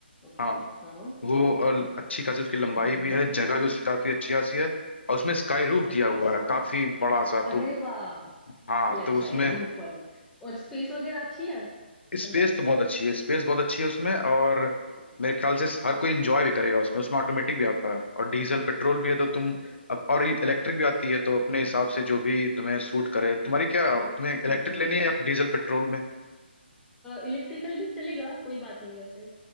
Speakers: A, in the centre; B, on the left.
A: ओके
B: हाँ
A: हाँ
B: वो अ, अच्छी खासी उसकी लंबाई
A: हम्म
B: भी है जगह भी उसकी काफी अच्छी खासी है और उसमें स्काई रूफ दिया
A: ओके
B: हुआ है काफी बड़ा सा
A: अरे
B: तो
A: वाह
B: हाँ
A: ये अच्छा
B: तो उसमें
A: है रूफ वाले और स्पेस वगैरह अच्छी है
B: स्पेस
A: अंदर
B: तो बहुत अच्छी है स्पेस बहुत अच्छी है उसमें और
A: अच्छी है Okay
B: मेरे ख्याल से हर कोई एंजॉय भी करेगा उसमें उसमें ऑटोमेटिक भी आता है और डीजल
A: okay
B: पेट्रोल भी है तो तुम
A: okay
B: अब और इलेक्ट्रिक भी आती है तो अपने हिसाब से जो भी तुम्हें सूट करे तुम्हारी क्या तुम्हें इलेक्ट्रिक लेनी है या डीजल पेट्रोल में
A: इलेक्ट्रिकल भी चलेगा कोई बात नहीं वैसे